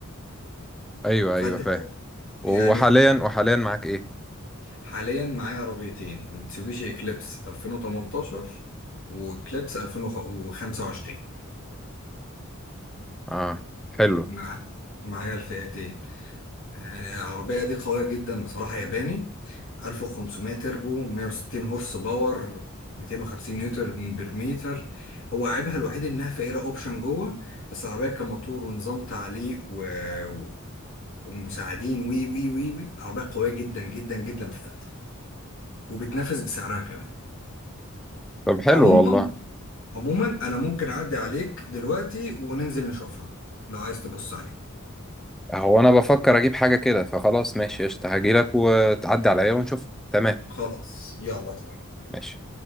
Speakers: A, in the centre; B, on the left (about 60°).
A: ايوه
B: فأنت
A: ايوه فاهم وحاليا
B: يعني
A: وحاليا معاك ايه
B: حاليا معايا عربيتين ميتسوبيشي إكليبس 2018 وإكليبس 2025
A: اه حلو
B: مع معايا الفئتين آه، العربية دي قوية جدا بصراحة ياباني 1500 تربو 160 هورس باور 250 نيوتن بير متر هو عيبها الوحيد انها فقيرة اوبشن جوه بس العربية كموتور ونظام تعليق و... و- ومساعدين وي وي وي وي العربية قوية جدا جدا جدا في فئتها وبتنافس بسعرها كمان
A: طب حلو
B: عموما
A: والله
B: عموما انا ممكن اعدي عليك دلوقتي وننزل نشوفها لو عايز تبص عليها
A: هو انا بفكر اجيب حاجه كده فخلاص ماشي قشطه هجيلك وتعدي عليا ونشوف تمام
B: خلاص يلا تمام
A: ماشي